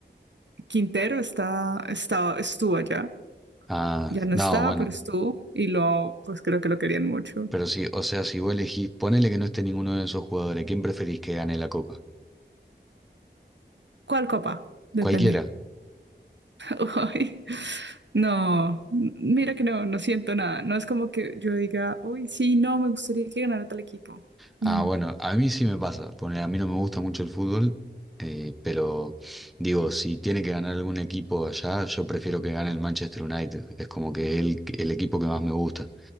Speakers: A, on the right; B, in the centre.
A: Quintero está, está, estuvo allá.
B: Ah,
A: Ya no
B: no,
A: está,
B: bueno.
A: pero estuvo. Y lo, pues creo que lo querían mucho.
B: Pero sí, o sea, si vos elegís, ponele que no esté ninguno de esos jugadores, ¿quién preferís que gane la copa?
A: ¿Cuál copa?
B: Cualquiera.
A: Depende. <laughs> Ay, no, mira que no, no siento nada. No es como que yo diga, uy, sí, no, me gustaría que ganara tal equipo.
B: Ah,
A: No.
B: bueno, a mí sí me pasa, ponele, a mí no me gusta mucho el fútbol, eh, pero digo, si tiene que ganar algún equipo allá, yo prefiero que gane el Manchester United, es como que es el, el equipo que más me gusta.